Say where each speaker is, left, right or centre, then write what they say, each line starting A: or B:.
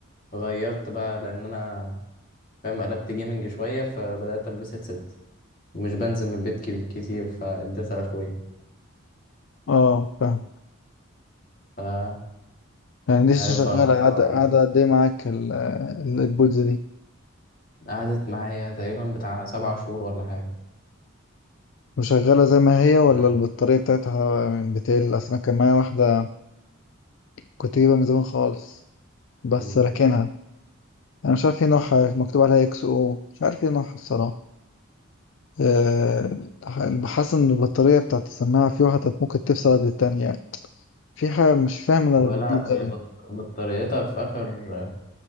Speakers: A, on the left (about 40°); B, on the left (about 60°).
A: غيرت بقى لان انا فاهم قلبت جيمنج شويه فبدات البس هيدسيت ومش بنزل من البيت كبي- كتير فاديتها لاخويا
B: اه فاهم
A: فعارف
B: يعني لسه
A: بقى
B: شغاله
A: الموضوع
B: قاعده
A: ايه
B: قاعده قد ايه معاك ال- ال- البولز دي
A: قعدت معايا تقريبا بتاع سبع شهور ولا حاجة
B: وشغاله زي ما هي ولا
A: آه.
B: البطاريه بتاعتها من بتقل اصل انا كان معايا واحده كنت جايبها من زمان خالص بس
A: مم.
B: راكنها انا مش عارف ايه نوعها مكتوب عليها اكس او مش عارف ايه نوعها الصراحه آه، حاسس ان البطارية بتاعت السماعة في واحدة ممكن تفصل قبل التانية يعني في حاجة مش فاهم انا
A: ولا
B: الريبوت
A: هي
B: ده أوي.
A: بط... بطاريتها في اخر